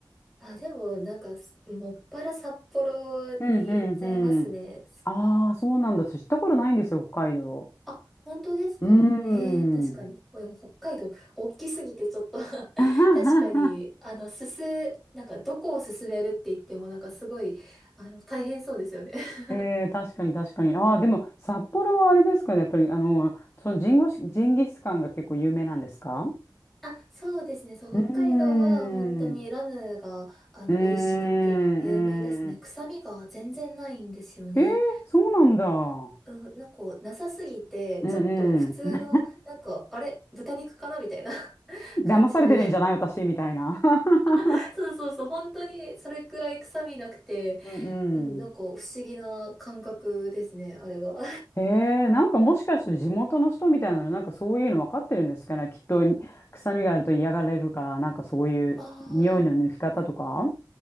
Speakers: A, in the centre; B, on the left (about 35°).
A: あ、でも、なんか、すもっぱら札幌に行っちゃいますね。
B: うんうんうん。
A: そ
B: ああ、そうなんだ。私知ったことないんですよ、北海道。
A: あ、本当ですかへえ、
B: うーん。
A: 確かに。ほ北海道、大きすぎてちょっと <laughs>
B: <laughs>
A: 確かに、あの、すす、なんか、どこを進めるって言っても、なんか、すごい、あの、大変そうですよね <laughs>
B: えー、確かに確かに。ああ、でも札幌はあれですかね。やっぱり、あの、そのジンゴシ、ジンギスカンが結構有名なんですか
A: あ、そうですね。そう、
B: うーん。
A: 北海道は本当にラムが、
B: う
A: あの、
B: ーん。
A: 美味しくて有名ですね。
B: うーん
A: 臭みが全然ないんですよね。
B: えー、そうなんだ。
A: うん、なんか、なさすぎて、
B: うんうん。
A: ちょっと普通の、なんか、あれ、豚肉かなみたいな <laughs> 感じで。
B: 騙されてるんじゃない私みたいな。<laughs>
A: <laughs> そうそうそう、本当にそれくらい臭みなくて、
B: うんうん。
A: うん、なんか不思議な感覚ですね、あれは。
B: へえなんかもしかして地元の人みたいなの、なんかそういうの分かってるんですかね。きっと臭みがあると嫌がられるから、なんかそういう匂いの抜き方とか。
A: <laughs> ああ、